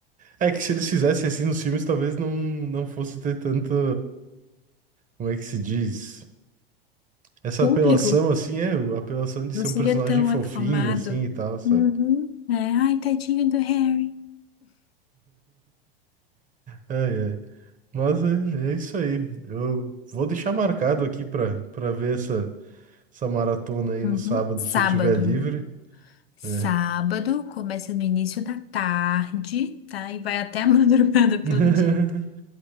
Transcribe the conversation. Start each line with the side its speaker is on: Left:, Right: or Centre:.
Right: É que se eles fizessem assim nos filmes, talvez não, não fosse ter tanta. Como é que se diz? Essa
Left: Público?
Right: apelação, assim, é, a apelação de
Left: Não
Right: ser
Left: seria
Right: um personagem
Left: tão
Right: fofinho,
Left: aclamado.
Right: assim e tal, sabe?
Left: Uhum. É, ai, tadinho do Harry.
Right: Ai, ai. Mas é, é isso aí. Eu vou deixar marcado aqui pra, pra ver essa, essa maratona aí
Left: Uhum.
Right: no sábado,
Left: Sábado.
Right: se eu tiver livre.
Left: Sábado
Right: É.
Left: começa no início da tarde, tá? E vai até a <laughs> madrugada, pelo
Right: <laughs>
Left: jeito.